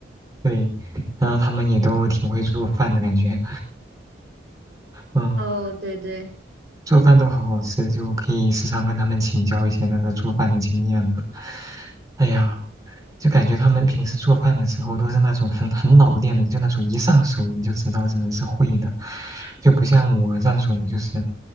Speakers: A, on the right (about 20°); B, on the right (about 65°).
A: 对，然后他们也都挺会做饭的感觉，嗯，
B: 哦，对对，
A: 做饭都好好吃，就可以时常跟他们请教一些那个做饭的经验了。哎呀。就感觉他们平时做饭的时候都是那种很很老练的，就那种一上手你就知道这人是会的，就不像我这种就是，